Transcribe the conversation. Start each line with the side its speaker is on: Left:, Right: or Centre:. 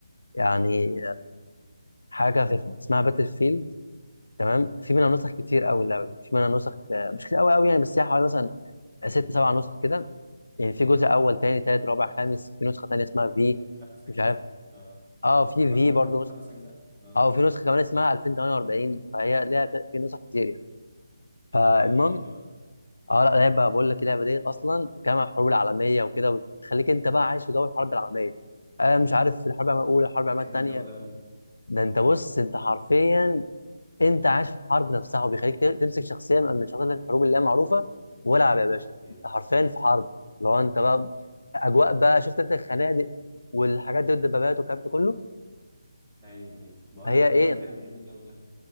Left: يعني حاجه فخمه اسمها باتل فيلد تمام في منها نسخ كتير قوي اللعبه دي في منها نسخ آه، مش كتير قوي قوي يعني بس هي حوالي مثلا ست سبع نسخ كده يعني في
Right: امم
Left: جزء اول تاني تالت رابع خامس في نسخه تانيه اسمها في
Right: خمس اجزاء
Left: مش عارف
Right: اه
Left: اه في
Right: اكتر
Left: في برضه
Right: كمان من
Left: نسخه
Right: خمس اجزاء اه
Left: اه وفي نسخه كمان اسمها 2048 فهي ليها ت- في نسخ كتير يعني
Right: شكلها
Left: فالمهم
Right: لطيلة بقى
Left: اه لا لعبه بقول لك اللعبه دي اصلا بتتكلم عن الحروب العالميه وكده وتخليك انت بقى عايش في جو الحرب العالميه آه مش عارف في الحرب العالميه
Right: اه
Left: الاولى الحرب
Right: انا
Left: العالميه
Right: بحب
Left: الثانيه
Right: الجو ده قوي
Left: ده انت بص انت حرفيا انت عايش في الحرب نفسها وبيخليك ت- تمسك شخصيه من شخصيات
Right: اه
Left: الحروب اللي هي معروفه والعب يا باشا
Right: امم
Left: انت حرفيا في حرب لو انت بقى اجواء بقى شفت انت الخنادق والحاجات دي والدبابات والكلام ده كله
Right: ايوه ايوه بقول
Left: فهي
Right: لك انا
Left: ايه
Right: انا فعلا بحب الجو ده